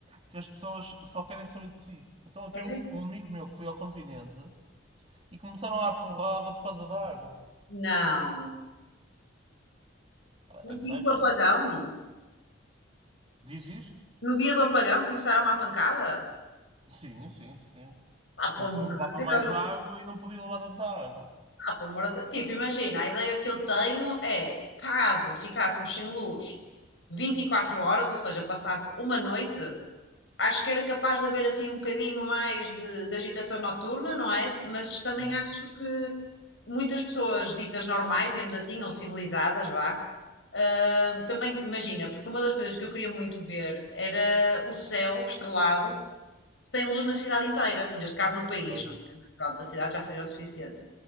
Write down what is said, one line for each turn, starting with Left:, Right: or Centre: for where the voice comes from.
Right: que as pessoas só querem saber de si. Então eu
Left: É?
Right: tenho um um amigo meu que foi ao continente e começaram a porrada por causa da água.
Left: Não. No
Right: É
Left: dia
Right: sério?
Left: do apagão?
Right: Diz isso?
Left: No dia do apagão começaram à pancada?
Right: Sim, sim, sim.
Left: Ah, pelo
Right: Porque
Left: amor
Right: um levava
Left: de
Right: mais
Left: Deus!
Right: água e não podia levar tanta água.
Left: Ah, pelo amor de... Tipo, imagina, a ideia que eu tenho é, caso ficássemos sem luz 24 horas, ou seja, passasse uma noite, acho que era capaz de haver assim um bocadinho mais de, de agitação noturna, não é? Mas também
Right: Sim.
Left: acho que muitas pessoas ditas normais, digamos assim, ou civilizadas, vá. ah, também, imagina, porque uma das coisas que eu queria muito ver era o céu estrelado sem luz na cidade inteira, neste caso no país,
Right: Pois.
Left: não é? Mas Pronto, a cidade já seria o suficiente.